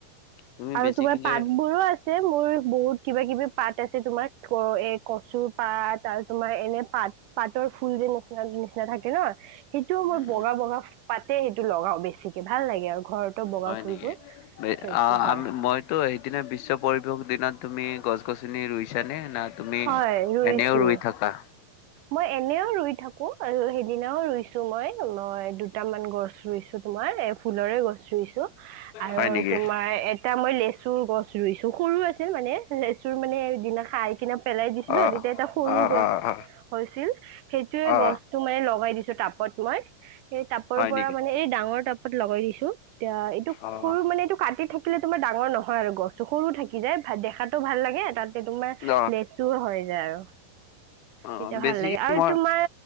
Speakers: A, on the left (about 85°); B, on the right (about 75°).
A: তুমি
B: আৰু
A: বেছিকেলে
B: তোমাৰ পাত বোৰো আছ <unintelligible> মোৰ বহুত কিবা কিবি পাত আছে তোমাৰ এ কচুৰ পাত আৰু তোমাৰ এনে পাত। পাতৰ ফুল যে নিচিনা <unintelligible> থাকে ন সেইটো মই
A: উম
B: বগা
A: উম
B: বগা পাতে সেইটো লগাও বেছিকে ভাল লাগে আৰু। ঘৰতো বগা
A: হয়
B: ফুলবোৰ
A: নেকি <unintelligible>
B: থৈছো হয়
A: মই। ত' সেইদিনা বিশ্ব-পৰিৱেশ দিনা তুমি গছ গছনি ৰুইছানে না তুমি
B: হয় ৰুইছো
A: এনেও ৰুই থাকা?
B: মই এনেও ৰুই থাকো আৰু সেইদিনাও ৰুইছো মই, মই দুটামান গছ ৰুইছো। তোমাৰ এ ফুলৰে গছ ৰুইছো আৰু
A: হয় নেকি
B: তোমাৰ এ এতিয়া মই লেচুৰ গছ ৰুইছো, সৰু আছে মানে লেচুৰ মানে সেইদিনা খাই কিনা পেলাই দিছিলো,
A: অ
B: তেতিয়া এটা সৰু
A: অ
B: গছ
A: অ অ
B: হৈছিল, সেইটোয়ে
A: অ
B: গছতটো মানে লগাই দিছো তাপত মই। টাপৰ
A: হয়
B: পৰা
A: নেকি
B: মানে এই ডাঙৰ টাপত লগাই দিছো এতিয়া এইটো
A: অ
B: সৰু মানে এইটো কাটি থাকি <unintelligible> তোমাৰ ডাঙৰ নহয় আৰু গছটো সৰু থাকি যায় দেখাটো ভাল লাগে তাতে তোমাৰ
A: অ',
B: নেক্স চোৰ হৈ যায় আৰু।
A: অ',
B: তেতিয়া
A: বেছি
B: ভাল লাগে আৰু
A: মই
B: তোমাৰ